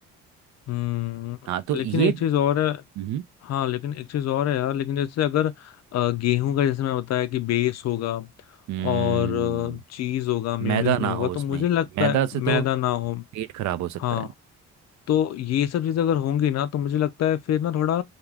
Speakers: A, on the left; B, on the right.
A: हम्म
B: हाँ तो ये
A: लेकिन एक चीज और है
B: हम्म
A: हाँ लेकिन एक चीज और है यार लेकिन जैसे अगर अ, गेहूं का जैसे मैं बताया कि बेस होगा
B: हम्म,
A: और चीज होगा मेयोनीज
B: मैदा ना
A: नहीं होगा
B: हो
A: तो
B: उसमें
A: मुझे लगता
B: मैदा
A: है
B: से तो
A: मैदा ना हो
B: पेट खराब हो सकता
A: हाँ
B: है
A: तो ये सब चीजें अगर होंगी ना तो मुझे लगता है फिर ना थोड़ा